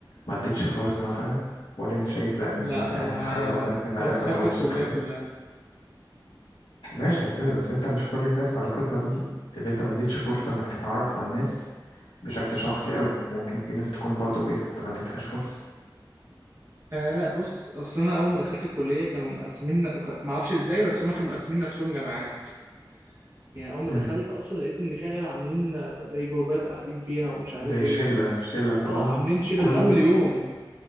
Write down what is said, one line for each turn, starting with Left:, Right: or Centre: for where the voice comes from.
Left: ما اديتش فرصة مثلا ولا انت شايف لا ان
Right: لا
Left: ده
Right: انا
Left: حاجة ربنا كاتبها
Right: انا
Left: لك
Right: صاحبت
Left: وانت مبسوط
Right: الكليه
Left: كده
Right: كلها
Left: ماشي بس بس انت مش كل الناس علاقتها بيه اللي انت ما اديتش فرصة انك تتعرف على الناس بشكل شخصي قوي ممكن في ناس تكون برضو كويسة انت ما اديتهاش فرصة
Right: آه لا بص اصل انا اول ما دخلت الكليه كانوا مقسمين ما اعرفش ازاي بس هم كانوا مقسمين نفسهم جماعات يعني اول ما
Left: مم.
Right: دخلت اصلا لقيت ان في عيال عاملين آه، زي جروبات قاعدين فيها ومش عارف
Left: زي
Right: ايه
Left: شلة شلة كلهم
Right: اه عاملين شله
Left: كل
Right: من اول يوم